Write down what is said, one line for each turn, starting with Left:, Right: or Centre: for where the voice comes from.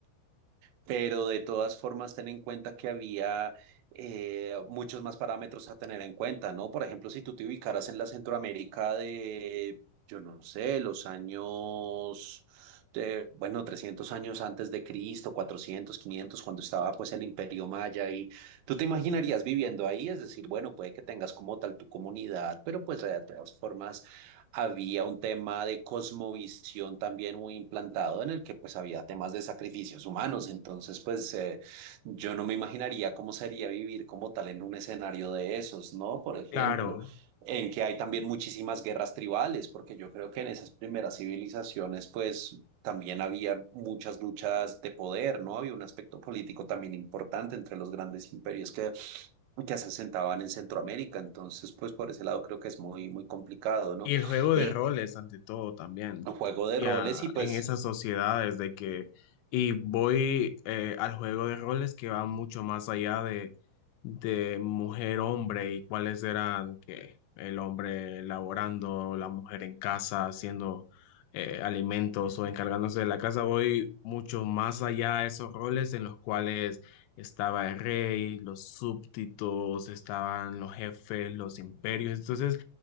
Right: pero de todas formas ten en cuenta que había eh, muchos más parámetros a tener en cuenta, ¿no? Por ejemplo, si tú te ubicaras en la Centroamérica de, yo no sé, los años, de, bueno, 300 años antes de Cristo, 400, 500, cuando estaba pues el Imperio Maya y tú te imaginarías viviendo ahí, es decir, bueno, puede que tengas como tal tu comunidad, pero pues de todas formas había un tema de cosmovisión también muy implantado en el que pues había temas de sacrificios humanos. Entonces pues eh, yo no me imaginaría cómo sería vivir como tal en un escenario de esos, ¿no? Por ejemplo,
Left: Claro.
Right: en que hay también muchísimas guerras tribales, porque yo creo que en esas primeras civilizaciones pues también había muchas luchas de poder, ¿no? Había un aspecto político también importante entre los grandes imperios que que se asentaban en Centroamérica. Entonces, pues por ese lado creo que es muy, muy complicado, ¿no?
Left: Y el juego
Right: Y
Left: de roles, ante todo, también.
Right: un juego de
Left: Ya
Right: roles y pues...
Left: en esas sociedades de que, y voy eh, al juego de roles que va mucho más allá de, de mujer-hombre y cuáles eran que el hombre laborando, la mujer en casa, haciendo eh, alimentos o encargándose de la casa. Voy mucho más allá de esos roles en los cuales estaba el rey, los súbditos, estaban los jefes, los imperios. Entonces,